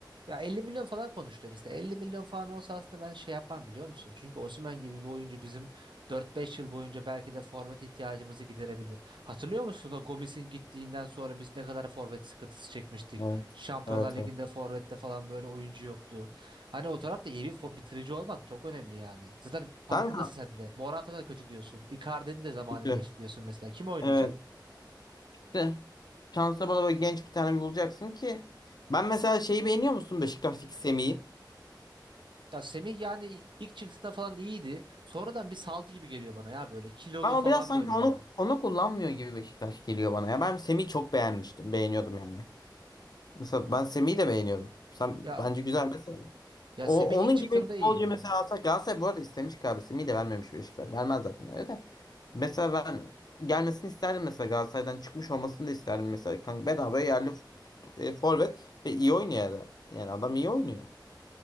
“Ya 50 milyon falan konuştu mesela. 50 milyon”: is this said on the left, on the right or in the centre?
Right